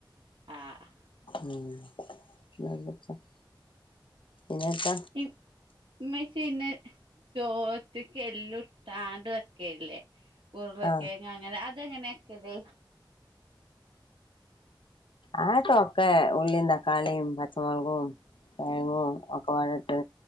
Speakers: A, on the right (about 85°); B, on the left (about 85°).
A: ആഹ്
B: ഉം <unintelligible> പിന്നെത്ത
A: ഇമ് ഇമ്മച്ചി ഇന്നെ ചോറ്റ്ക്ക് എല്ലുർത്താണ്ട് വെക്കല്ലേ ഉരുളക്കെങ്
B: ആഹ്
A: അങ്ങനെ അതെങ്ങനെക്കല്
B: അതൊക്കെ ഉള്ളീം തക്കാളീം പച്ചമൊളകും കെഴങ്ങും ഒക്കെപ്പാടെ ഇട്ട്